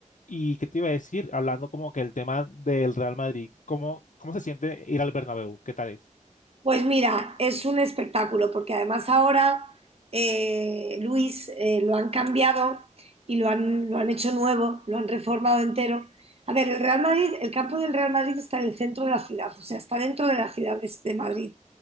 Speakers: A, on the left (about 75°); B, on the right (about 50°).
A: ¿y qué te iba a decir? Hablando como que el tema del Real Madrid, ¿cómo, cómo se siente ir al Bernabéu? ¿Qué tal es?
B: Pues mira, es un espectáculo, porque además ahora eh, Luis eh, lo han cambiado y lo han, lo han hecho nuevo, lo han reformado entero. A ver, el Real Madrid, el campo del Real Madrid está en el centro de la ciudad, o sea, está dentro de la ciudad de, de Madrid.